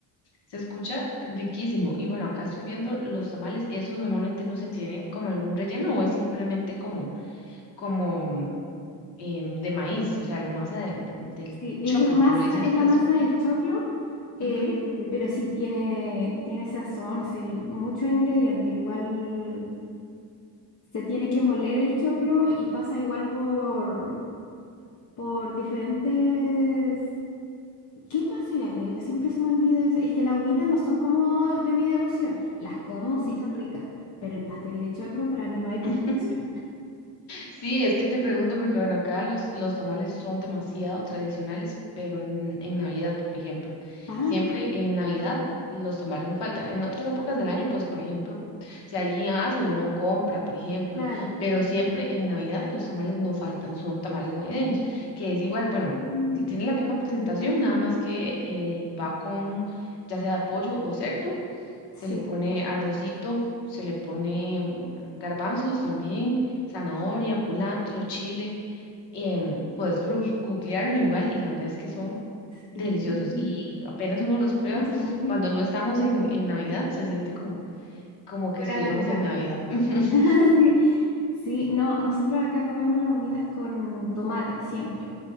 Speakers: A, on the left (about 75°); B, on the left (about 45°).
A: Se escucha riquísimo. Y bueno, acá estoy viendo los tamales, esos normalmente no se tienen como algún relleno o es simplemente como, como mm, em, de maíz, o sea, la masa de- de- del
B: Sí, es
A: choclo,
B: la masa,
A: como le dicen
B: es
A: ustedes.
B: la masa del choclo Eh,
A: Ujú,
B: pero sí, tiene, tiene sazón, es el, mucho ingrediente. Igual se tiene que moler el choclo y pasa igual por, por diferentes... ¿Qué más se le agrega? Siempre se me olvida eso. Es que las humitas no son como de mi devoción. Las como,
A: ujú.
B: sí son ricas, pero el pastel de choclo para mí no hay comparación.
A: <laughs> Sí, es que te pregunto porque, bueno, acá los, los tamales son demasiado tradicionales, pero en, en Navidad, por ejemplo,
B: Ah,
A: siempre en Navidad los tamales no faltan. En otras épocas del año, pues, por ejemplo, si alguien hace, uno compra, por ejemplo,
B: claro.
A: pero siempre en Navidad los tamales no faltan, son tamales navideños, que es igual, bueno,
B: Mm, mm, mm.
A: tiene la misma presentación, nada más que eh, va con ya sea pollo o cerdo
B: sí,
A: se le pone arrocito, se le pone mm, garbanzos también, zanahoria, culantro, chile. em, puedes glu- googlearlo igual y la verdad es que son
B: sí.
A: deliciosos y apenas uno los prueba,
B: Escucha, muy rico.
A: cuando no estamos en, en Navidad se siente como, como que
B: Fuera
A: estuviéramos
B: de lugar.
A: en Navidad. <laughs>
B: <laughs> Sí, sí, no, nosotros acá comemos las humitas con tomate siempre.